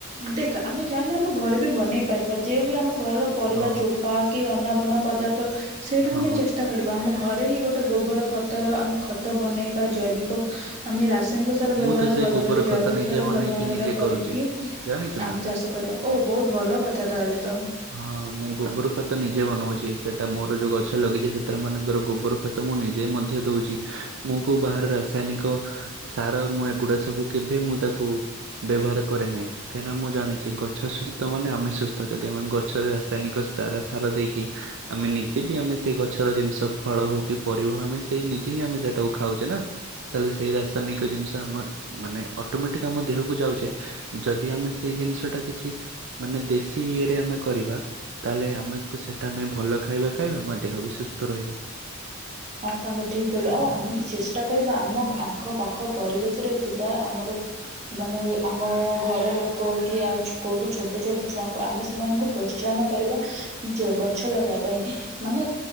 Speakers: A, on the right; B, on the right.
A: ଦେଖ୍ ଆମେ ଚାହିଁଲେ ଆମ ଘରେ ବି ବନେଇ ପାରିବା ଯେ ବି ଆମ ଘରର ପରିବା
B: ହଁ
A: ଚୋପା କି ଅନା ବ ବନା ପଦାର ତ ସେଇଟା
B: ହଁ
A: ଆମେ ଚେଷ୍ଟା କରିବା ଆମ ଘରେ ହିଁ ଗୋଟେ ଗୋବର ଖତର ଆମେ ଖତ ବନେଇବା ଜୈବିକ ଆମେ ରାସା- ରାସାୟନିକ ସାର ବ୍ୟବହାର
B: ମୁଁ ତ ସେଇ
A: ବଦଳରେ
B: ଗୋବର
A: ଜୈବିକ
B: ଖତ ନିଜେ
A: ସାର
B: ବନେଇକି
A: ବ୍ୟବହାର
B: ନିଜେ
A: କରିକି
B: କରୁଛି ଜାଣିଛୁ ନା
A: ଆମେ ଚାଷ କରିବା ଓ ବହୁତ ଭଲ କ ତା ତାହେଲେ ତ
B: ହଁ ମୁଁ ଗୋବର ଖତ ନିଜେ ବନଉଛି ସେଟା ମୋର ଯଉ ଗଛ ଲଗେଇଛି ସେଥିରେ ମନେକର ଗୋବର ଖତ ମୁଁ ନିଜେ ମଧ୍ୟ ଦଉଛି ମୁଁ କଉ ବାହାର ରାସାୟନିକ ସାର ମୁଁ ଏଗୁଡା ସବୁ କେବେ ମୁଁ ତାକୁ ବ୍ୟବହାର କରେ ନାହିଁ କାହିଁକିନା ମୁଁ ଜାଣିଛି ଗଛ ସୁସ୍ଥ ମାନେ ଆମେ ସୁସ୍ଥ ଯ ଆମେ ଗଛରେ ରାସାୟନିକ ସାର ସାର ଦେଇକି ଆମେ ନିଜେ ବି ଆମେ ସେଇ ଗଛର ଜିନିଷ ଫଳ ହଉ କି ପରିବା ହଉ ଆମେ ସେଇ ନିଜେ ହିଁ ଆମେ ସେଇଟାକୁ ଖାଉଛେ ନା ତାହେଲେ ସେଇ ରାସାୟନିକ ଜିନିଷ ଆମର ମାନେ ଅଟୋମେଟିକ ଆମ ଦେହକୁ ଯାଉଛେ ଯଦି ଆମେ ସେଇ ଜିନିଷଟା କିଛି ମାନେ ଦେଶୀ ଇଏରେ ଆମେ କରିବା ତାହେଲେ ଆମକୁ ସେଇଟା ଆମେ ଭଲ ଖାଇବା ଖାଇବା ଆମ ଦେହ ବି ସୁସ୍ଥ ରହିବ।
A: ହଁ ସାଙ୍ଗ ଠିକ କଲୁ ଆଉ ଆମେ ବି ଚେଷ୍ଟା କରିବା ଆମ ଆଖପାଖ ପରିବେଶରେ ଥିବା ଆମର ମାନେ ଆମ ଘର ଲୋକ କି ଆଉ କୋଉ ବି ଛୋଟ ଛୋଟ ଛୁଆଙ୍କୁ ଆମେ ସେମାନଙ୍କୁ ପ୍ରୋତ୍ସାହନ କରିବା ଯେ ଗଛ ଲଗେଇବା ପାଇଁ ମାନେ